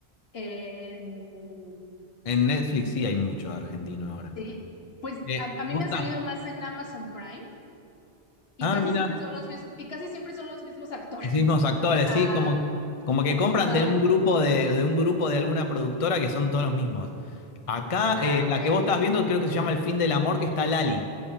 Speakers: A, on the left (about 65°); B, on the left (about 35°).
A: en-
B: En Netflix sí hay mucho argentino ahora.
A: sí, pues
B: Eh,
A: a, a
B: ¿vos
A: mí me han
B: estás?
A: salido más en Amazon Prime y
B: Ah,
A: casi
B: mira.
A: siempre son los mismos, y casi siempre son los mismos actores.
B: Los mismos
A: <laughs> Entonces,
B: actores,
A: ah,
B: sí, como, como que compran
A: ajá,
B: de un grupo de, de un grupo de alguna productora que son todos los mismos. Acá,
A: ah,
B: eh,
A: ok,
B: la que vos estás viendo, creo que se llama El fin del amor, que está Lali.